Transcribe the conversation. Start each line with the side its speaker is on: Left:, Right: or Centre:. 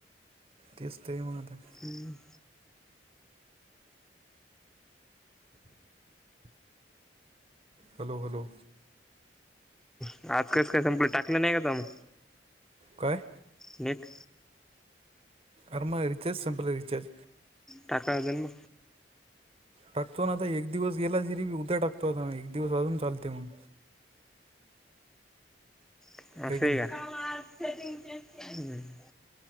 Right: तेस ते आहे मग आता.
Centre: हम्.
Right: Hello hello.
Centre: आज कस काय संपलं, टाकलं नाही का तवा मग.
Right: काय.
Centre: नेट.
Right: अरमा रिचार्ज संपला रिचार्ज.
Centre: टाकाव <unintelligible>
Right: टाकतो ना आता एक दिवस गेला जरी, उद्या टाकतो आ एक दिवस अजून चालते मग.
Centre: असे
Right: आहे का नाही
Centre: का हम्म.